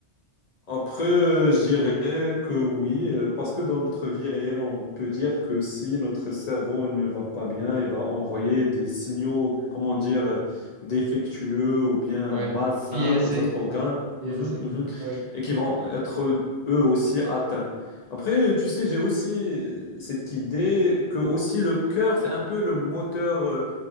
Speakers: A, on the left; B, on the right.
A: Après, euh, je dirais que oui, euh, parce que dans notre vie réelle, on peut dire que si notre cerveau ne va pas bien, il va envoyer des signaux, comment dire, euh, défectueux ou bien
B: Ouais,
A: malsains
B: biaisé,
A: aux autres organes,
B: biaisé.
A: mhm, mhm,
B: Ouais,
A: et qui vont être eux aussi atteints. Après, tu sais, j'ai aussi euh, cette idée que aussi le cœur, c'est un peu le moteur, euh,